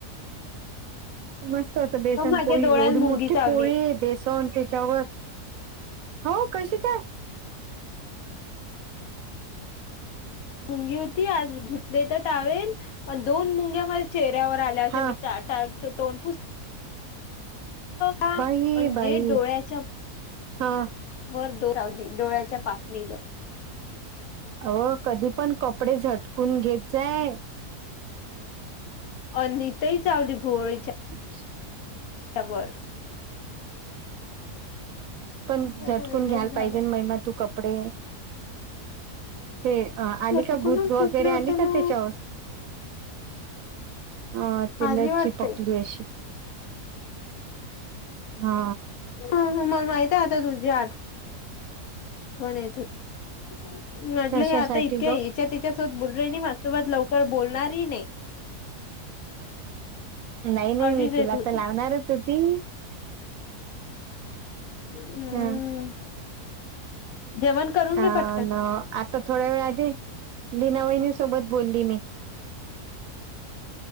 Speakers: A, on the right; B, on the left.
A: मस्त होत बेसन
B: माझ्या
A: पोळी.
B: डोळ्यात
A: एवढी
B: मुंगी
A: मोठी
B: चावली
A: पोळी! बेसन तेच्यावर. हो? कशी काय?
B: मुंगी होती. आज धुतलेत टावेल. दोन मुंग्या माझ्या चेहऱ्यावर आ-
A: हा
B: <unintelligible> मी तोंड पूस- का?
A: बाई
B: अन
A: बाई
B: जे डोळ्याच्या-
A: हा.
B: वर डोळा. हो डोळ्याच्या पापणीला.
A: अहो! कधी पण कपडे झटकून घेत जाय.
B: अनता ही चावली भुवळीच्याऽ
A: अच्छा,
B: त्यावर.
A: पण
B: तर
A: झटकून
B: ते वेगळंच
A: घ्यायला
B: झालं
A: पाहिजे ना महिमा तू कपडे. ते आली
B: झटकूनच
A: का? <unintelligible> वगैरे
B: घेतलं होत
A: आली का
B: ना
A: त्याच्यावर? हां. ते
B: आजी
A: लइच
B: वाटते
A: चिपकली अशी. हा.
B: ह. मला माहित आहे आता तुझी आठ-
A: ह
B: कोण <unintelligible> म्हटलं
A: कशासाठी
B: हे आता इतक्या
A: ग
B: याच्या त्याच्यासोबत बोल. माझसोबत लवकर बोलणारही नाही.
A: नाही नाही.
B: अशीच
A: मी
B: येत
A: तिला
B: होती
A: तर लावणारच होती.
B: हम्म.
A: ह
B: जेवण करून
A: आता
B: घे पटकन.
A: थोड्या वेळ आधी, लिना वहिणीसोबत बोलली मी.